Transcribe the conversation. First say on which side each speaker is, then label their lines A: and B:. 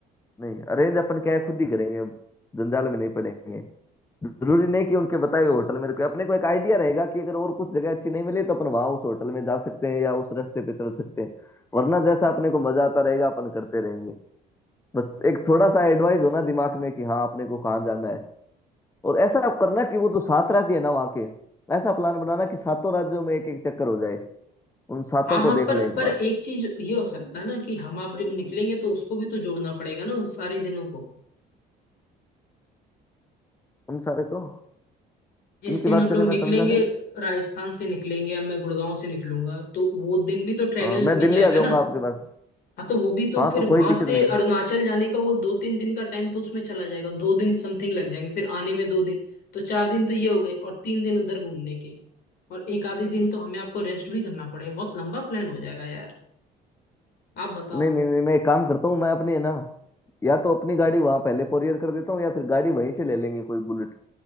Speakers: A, on the left; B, on the left.
A: नहीं अरेंज अपन क्या है खुद ही करेंगे जंजाल में नहीं पड़ेंगे जरूरी नहीं कि उनके बताए हुए होटल में रुके अपने को एक आइडिया रहेगा कि अगर और कुछ जगह अच्छी नहीं मिली तो अपन वहां उस होटल में जा सकते हैं या उस रास्ते पे चल सकते हैं वरना जैसा अपने को मजा आता रहेगा अपन करते रहेंगे बस एक थोड़ा सा एडवाइस होना दिमाग में कि हाँ अपने को कहाँ जाना है और ऐसा आप करना कि वो जो सात राज्य है ना वहाँ के ऐसा प्लान बनाना कि सातों राज्यों में एक एक चक्कर हो जाए उन सातों
B: हाँ
A: को
B: हाँ
A: देख
B: पर
A: ले एक
B: पर
A: बार
B: एक चीज ये हो सकता है ना कि हम आप जब निकलेंगे तो उसको भी तो जोड़ना पड़ेगा ना उस सारे दिनों को
A: उन सारे को
B: जिस
A: किन
B: दिन
A: की बात
B: हम
A: कर
B: लोग
A: रहे हैं
B: निकलेंगे
A: मैं समझा नहीं
B: राजस्थान से निकलेंगे या मैं गुड़गांव से निकलूंगा तो वो दिन भी तो ट्रेवल
A: हाँ मैं
B: में
A: दिल्ली
B: जाएगा
A: आ जाऊंगा
B: ना
A: आपके पास
B: हाँ तो वो भी तो
A: हाँ
B: फिर
A: तो
B: वहां
A: कोई दिक्कत
B: से
A: नहीं है ना।
B: अरुणाचल जाने का वो दो तीन दिन का टाइम तो उसमें चला जाएगा दो दिन समथिंग लग जाएंगे फिर आने में दो दिन तो चार दिन तो ये हो गए और तीन दिन उधर घूमने के और एक आधे दिन तो हमें आपको रेस्ट भी करना पड़ेगा बहुत लंबा प्लान हो जाएगा यार आप बताओ
A: नहीं नहीं नहीं मैं एक काम करता हूँ मैं अपनी है ना या तो अपनी गाड़ी वहां पहले कोरियर कर देता हूँ या फिर गाड़ी वहीं से ले लेंगे कोई बुलेट